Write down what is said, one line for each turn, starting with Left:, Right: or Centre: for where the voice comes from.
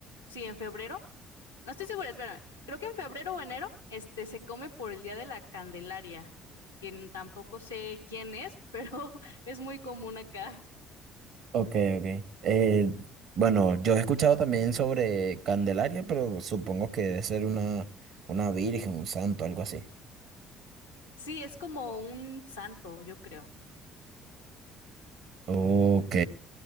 Left: Sí, en febrero. No estoy segura, espérame. Creo que en febrero o enero, este se come por el Día de la Candelaria, quien tampoco sé quién es, pero <laughs> es muy común acá.
Right: Ok, ok. Eh, bueno, yo he escuchado también sobre Candelaria, pero supongo que debe ser una, una virgen, un santo, algo así.
Left: Sí, es como un santo, yo creo.
Right: Ok.